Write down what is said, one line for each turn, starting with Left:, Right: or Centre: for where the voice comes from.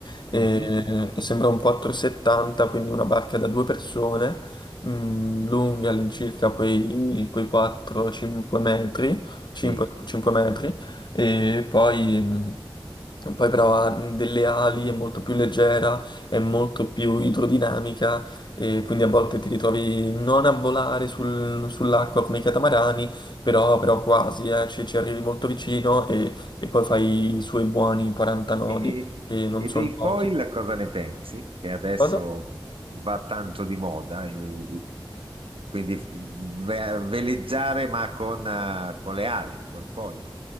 Left: e,
Right: Mhm,
Left: e sembra un 470, quindi una barca da due persone, mm, lunghi all'incirca quei, quei 4-5 metri. 5,
Right: sì.
Left: 5 metri e poi, mh, poi però ha delle ali, è molto più leggera, è molto più idrodinamica e quindi a volte ti ritrovi non a volare sul- sull'acqua come i catamarani, però, però quasi, eh, ci, ci arrivi molto vicino e, e poi fai i suoi buoni 40 nodi
Right: E, e-
Left: che non
Right: e
Left: sono
Right: dei foil
Left: pochi.
Right: cosa ne pensi? Che adesso
Left: Cosa?
Right: va tanto di moda, e- quindi f- ve- veleggiare ma con, eh, con le ali, col foil.